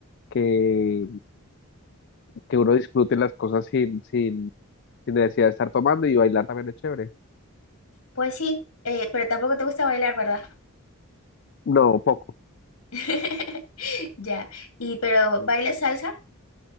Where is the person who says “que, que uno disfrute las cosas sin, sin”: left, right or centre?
Left